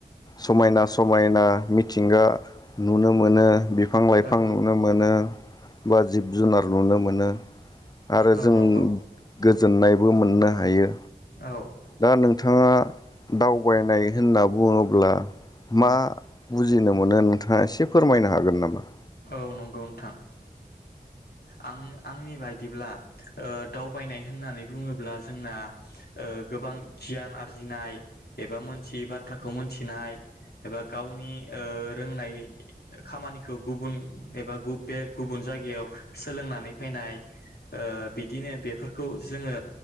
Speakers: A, on the left; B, on the left.
A: समायना समायना मिथिंगा नुनो मोनो बिफां लाइफां
B: औ
A: नुनो मोनो बा जिब जुनार नुनो मोनो आरो
B: औ
A: जों
B: नंगौ
A: गोजोननायबो मोननो हायो।
B: औ।
A: दा नोंथाङा दावबायनाय होनना बुङोब्ला मा बुजिनो मोनो नोंथाङा एसे फोरमायनो हागोन नामा।
B: औ नंगौ नोंथां आं आंनि बायदिब्ला ओ दावबायनाय होननानै बुङोब्ला जोंना ओ गोबां गियान आरजिनाय एबा मोनथियै बाथ्राखौ मोनथिनाय एबा गावनि ओ रोंनाय खामानिखौ गुबुन एबा गुबे गुबुन जायगायाव सोलोंनानै फैनाय ओ बिदिनो बेफोरखौ जोङो